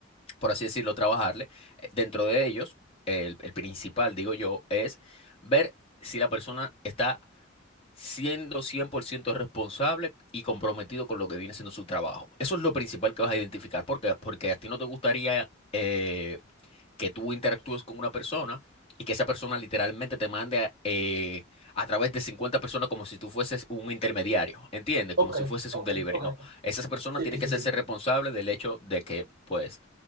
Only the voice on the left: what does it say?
por así decirlo, trabajarle. Eh, Dentro de ellos, el, el principal, digo yo, es ver si la persona está siendo 100% responsable y comprometido con lo que viene siendo su trabajo. Eso es lo principal que vas a identificar, porque, porque a ti no te gustaría eh, que tú interactúes con una persona y que esa persona literalmente te mande a, eh, a través de 50 personas como si tú fueses un intermediario, ¿entiendes? Como
si fueses
un delivery.
No, esa persona
tiene que
hacerse
responsable del hecho de que, pues,